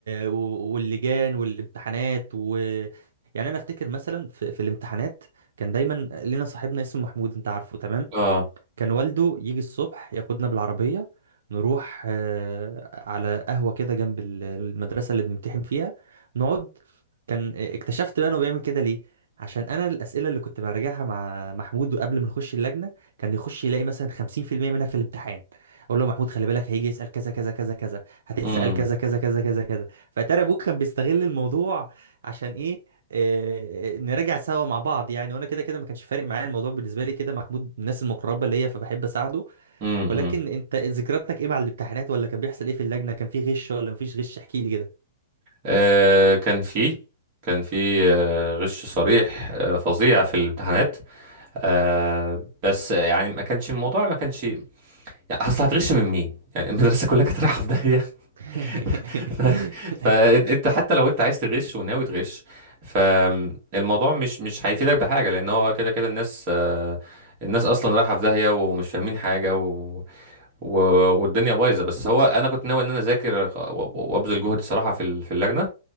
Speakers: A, on the right (about 75°); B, on the right (about 25°).
A: و- واللجان والامتحانات و يعني انا افتكر مثلا في, في الامتحانات كان دايما لينا صاحبنا اسمه محمود انت عارفه تمام
B: اه
A: كان والده يجي الصبح ياخدنا بالعربية نروح آه، على قهوة كده جنب ال- المدرسة اللي بنمتحن فيها نقعد كان آه، اكتشفت بقى انه بيعمل كده ليه عشان انا الاسئله اللي كنت براجعها مع محمود قبل ما نخش اللجنه كان يخش يلاقي مثلا 50% منها في الامتحان اقول له يا محمود خلي بالك هيجي يسال كذا كذا كذا كذا هتتسال
B: امم
A: كذا كذا كذا كذا كذا فترى ابوك كان بيستغل الموضوع عشان ايه آه، آه، نراجع سوا مع بعض يعني وانا كده كده ما كانش فارق معايا الموضوع بالنسبه لي كده محمود من الناس المقربه ليا فبحب اساعده
B: امم
A: ولكن انت ذكرياتك ايه مع الامتحانات ولا كان بيحصل ايه في اللجنه كان في غش ولا مفيش غش احكي لي كده
B: آه، كان في كان في آه، غش صريح آه، فظيع في الامتحانات آه بس يعني ما كانش الموضوع ما كانش يعني اصل هتغش من مين يعني المدرسه كلها كانت رايحه في داهيه
A: <laughs>
B: <laughs> ف... فانت حتى لو انت عايز تغش وناوي تغش فالموضوع مش مش هيفيدك بحاجه لان هو كده كده الناس آه الناس اصلا رايحه في داهيه ومش فاهمين حاجه و... و... والدنيا بايظه بس هو انا كنت ناوي ان انا اذاكر خ- و- و- وابذل جهد صراحه في ال- في اللجنه